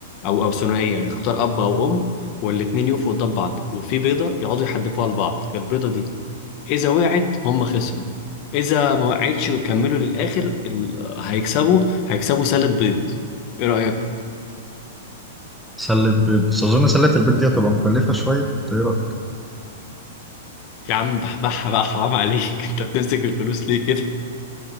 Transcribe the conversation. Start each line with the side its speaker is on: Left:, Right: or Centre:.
Left: أو أو ثنائية يعني اختار أب أو أم والاتنين يقفوا قدام بعض وفي بيضة يقعدوا يحدفوها لبعض البيضة دي إذا وقعت هم خسروا إذا ما وقعتش وكملوا للآخر ال... هيكسبوا هيكسبوا سالة بيض إيه رأيك؟
Centre: سلة بيض بس اظن سلة البيض دي هتبقى مكلفه شويه إنت إيه رأيك؟
Left: يا عم بحبحها بقى حرام عليك <laughs> أنت بتمسك الفلوس ليه